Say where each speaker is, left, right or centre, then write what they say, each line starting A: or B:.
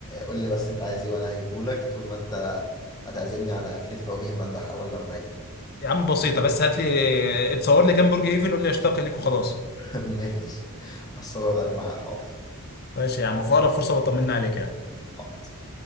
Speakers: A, on the left (about 15°); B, on the left (about 45°).
A: قول لي بس أنت عايز إيه وأنا هجيبه لك طول ما أنت هتعزمني على أكلة فواكه مذبح أول لما أجي
B: يا عم بسيطه بس هات لي اتصور لي جنب برج ايفل قول لي يشتاق اليك وخلاص
A: <laughs> ماشي هصور لك معايا حاضر
B: ماشي يا عم في اقرب فرصه بطمنا عليك يعني
A: حاضر